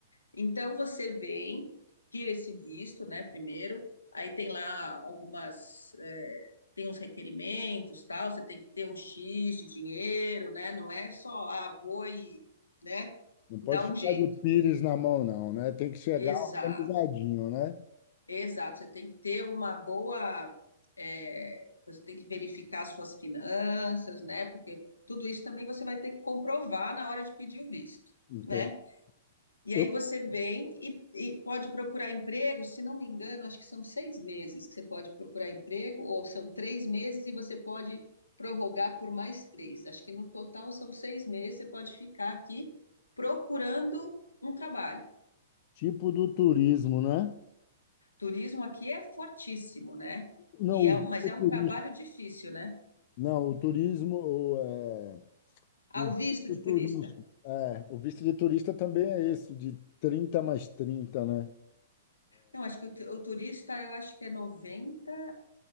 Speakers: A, on the left; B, on the left.
A: Então você vem, tira esse visto, né, primeiro, aí tem lá algumas, eh, tem uns requerimentos, tal, você tem que ter um X de dinheiro, né, não é só, ah, vou e, né,
B: não pode
A: dá um
B: ficar
A: jeito.
B: de pires na mão, não, né? Tem que chegar
A: Exato,
B: organizadinho, né?
A: exato, você tem que ter uma boa, eh, você tem que verificar suas finanças, né, porque tudo isso também você vai ter que comprovar na hora de pedir o visto,
B: Entende?
A: né? E aí
B: Eu,
A: você vem e, e pode procurar emprego, se não me engano, acho que são seis meses que você pode procurar emprego, ou são três meses e você pode prorrogar por mais três. Acho que no total são seis meses, você pode ficar aqui procurando um trabalho.
B: tipo do turismo, né?
A: Turismo aqui é fortíssimo, né?
B: Não,
A: E é- mas
B: o
A: é
B: turismo.
A: um trabalho difícil, né?
B: Não, o turismo, o, é,
A: Ah,
B: o
A: o visto
B: visto
A: de
B: turístico.
A: turista.
B: É, o visto de turista também é esse, de 30 mais trinta né?
A: Não, acho que o, tu- o turista, eu acho que é noventa